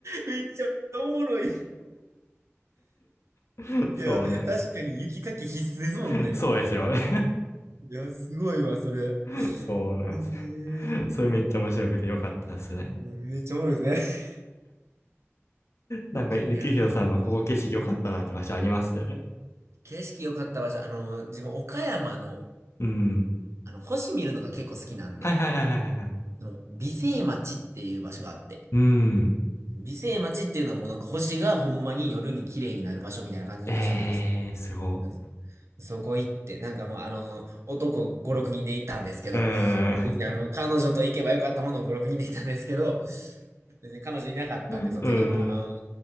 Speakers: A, on the right; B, on the left.
A: めっちゃおもろい。
B: <laughs> そうなんです。
A: いや、確かに雪かき必須ですもんね。
B: <laughs> そうですよね。
A: いや、すごいわ、それ。
B: <laughs> そうなんです。
A: えー、
B: それめっちゃ面白くてよかったですね。
A: めっちゃおもろいですね。
B: なんか、ゆきひろさんはここ景色良かったなって場所あります
A: いや、景色良かった場所、あの、自分、岡山の、
B: うん。
A: あの、星見るのが結構好きなんで、
B: はいはいはいはいはい。
A: その、美星町っていう場所があって、
B: うん。
A: 美星町っていうのはもうなんか星がほんまに夜に綺麗になる場所みたいな感じの場所なんです。
B: ええー、すご。
A: うんそこ行って、なんかもうあの、男5、6人で行ったんですけど、
B: うーん。
A: 別にあの、彼女と行けばよかったものを5、6人で行ったんですけど、別に彼女いなかったんで、
B: <laughs> うん。
A: その時はまあ、